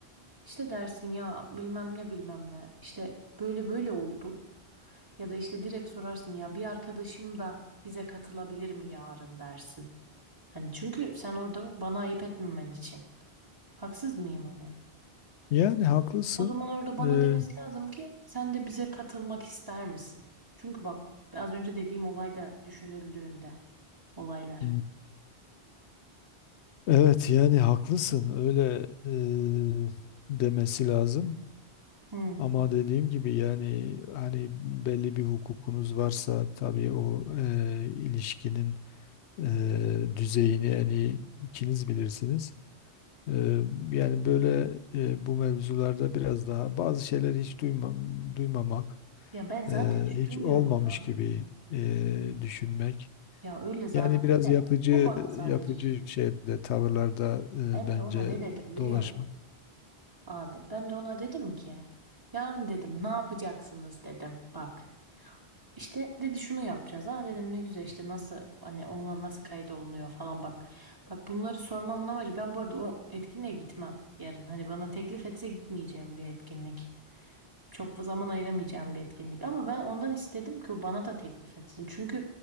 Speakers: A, on the right; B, on the left.
A: İşte dersin ya bilmem ne bilmem ne işte böyle böyle oldu ya da işte direkt sorarsın ya bir arkadaşım da bize katılabilir mi yarın dersin. Hani çünkü sen orada bana ayıp etmemen için. Haksız mıyım hani?
B: Yani haklısın.
A: O zaman orada bana
B: E,
A: demesi lazım ki sen de bize katılmak ister misin? Çünkü bak az önce dediğim olay da düşünüldüğünde olaylar.
B: Hmm. evet yani haklısın öyle e, demesi lazım.
A: Hı.
B: Ama dediğim gibi yani hani belli bir hukukunuz varsa tabii o e, ilişkinin e, düzeyini en iyi ikiniz bilirsiniz. E, yani böyle e, bu mevzularda biraz daha bazı şeyler hiç duymam, duymamak,
A: Ya ben zaten
B: e,
A: hiç
B: hiç
A: duymuyorum
B: olmamış
A: ya.
B: gibi e, düşünmek.
A: Ya öyle zaten
B: Yani biraz
A: de
B: yapıcı
A: bu bana sadece
B: yapıcı
A: şey.
B: şeyde tavırlarda e,
A: Ben
B: bence
A: de ona ne dedim biliyor
B: dolaşmak.
A: musun? Abi ben de ona dedim ki yarın dedim ne yapacaksınız dedim bak işte dedi şunu yapacağız ha dedim ne güzel işte nasıl hani ona nasıl kayıt olunuyor falan bak bak bunları sormamın amacı ben bu arada o etkinliğe gitmem yarın hani bana teklif etse gitmeyeceğim bir etkinlik çok zaman ayıramayacağım bir etkinlik ama ben ondan istedim ki o bana da teklif etsin çünkü